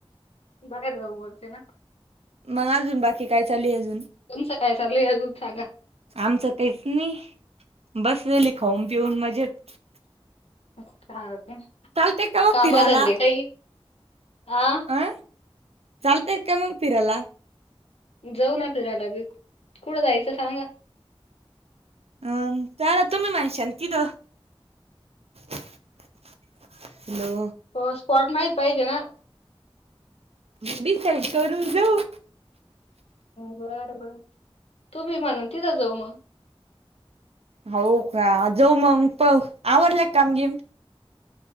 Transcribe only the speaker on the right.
मग अजून बाकी काय चालू ये अजून
आमचं तेच नी बसलेली खाऊन पिऊन मजेत
चालतंय का मग
फिरायला?
ह चालतय का मंग फिरायला
अम काय नाही तुम्ही माहिशल तिथे <inaudible> हॅलो!
डिसाईड करून जाऊ
हो का जाऊ मग आवरले का काम बीम